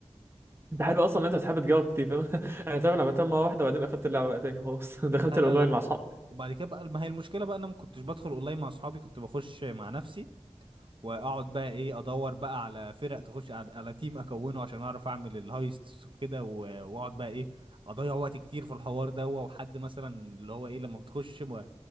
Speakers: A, on the right; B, on the right.
A: انت حلو اصلا ان انت بتحب تجاوب كتير فاهم <laughs> انا طبعا عملتها مره واحده وبعدين قفلت اللعبه بقى تاني خلاص <laughs> دخلت
B: لا لا
A: الاونلاين
B: لا
A: مع اصحابي
B: وبعد كده بقى ما هي المشكله بقى انا ما كنتش بدخل اونلاين مع اصحابي كنت بخش مع نفسي واقعد بقى ايه ادور بقى على فرق تخش على, على تيم اكونه عشان اعرف اعمل الهايستس وكده و- واقعد بقى ايه اضيع وقت كتير في الحوار ده وحد مثلا اللي هو ايه لما بتخش م-